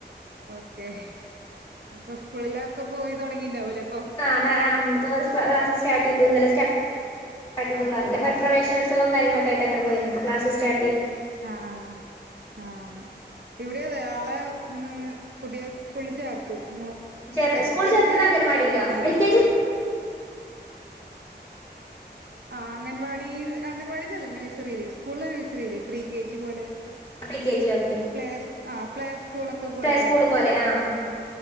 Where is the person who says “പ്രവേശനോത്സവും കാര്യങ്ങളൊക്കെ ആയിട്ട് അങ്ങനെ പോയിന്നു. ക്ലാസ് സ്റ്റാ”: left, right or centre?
Left